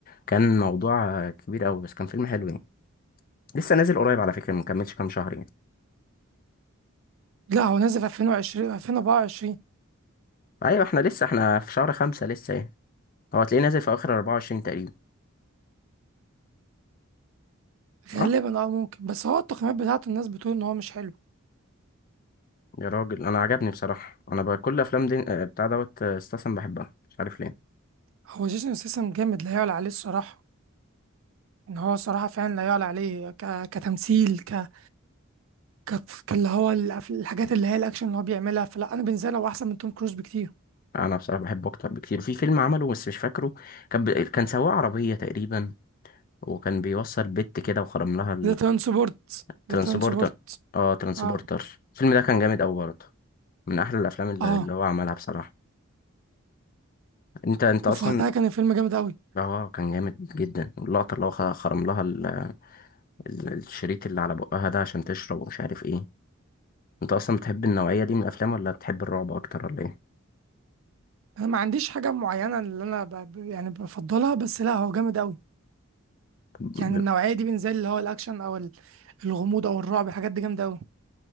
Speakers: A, on the left; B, on the right.
A: كان موضوع كبير قوي بس كان فيلم حلو يعني لسه نازل قريب على فكرة مكملش كام شهر يعني
B: لا هو نازل في 2020 2024
A: ايوه احنا لسه احنا في شهر خمسة لسه يعني هو هتلاقيه نازل في اخر 24 تقريبا صح
B: غالبا اه ممكن بس هو التقييمات بتاعته الناس بتقول ان هو مش حلو
A: يا راجل انا عجبني بصراحة انا بقى كل افلام دي آه، بتاع دوت آه، استسلم بحبها مش عارف ليه
B: هو جيسون سيسم جامد لا يعلى عليه الصراحة ان هو صراحه فعلا لا يعلى عليه ك... كتمثيل ك... ك... كاللي هو الأف- الحاجات اللي هي الاكشن اللي هو بيعملها فلا انا بالنسبه لي هو احسن من توم كروز بكتير
A: انا بصراحة بحبه اكتر بكتير في فيلم عمله بس مش فاكره كان ب... كان سواق عربية تقريبا وكان بيوصل بت كده وخرم لها
B: ذا ترانسبورت
A: الترانسبورتر
B: ذا ترانسبورت
A: اه ترانسبورتر
B: اه
A: الفيلم ده كان جامد أوي برضه من أحلى الأفلام اللي
B: اه
A: اللي هو عملها بصراحة أنت أنت أصلا
B: وفاتها كان الفيلم جامد قوي
A: اه كان جامد جدا اللقطة اللي هو خ- خرم لها ال- ال- الشريط اللي على بقها ده عشان تشرب ومش عارف ايه أنت أصلا بتحب النوعية دي من الأفلام ولا بتحب الرعب أكتر ولا ايه؟
B: انا ما عنديش حاجه معينه اللي انا ب... ب- يعني بفضلها بس لا هو جامد قوي
A: ب-
B: يعني النوعيه دي بالنسبه لي اللي هو الاكشن او ال- الغموض او الرعب الحاجات دي جامده قوي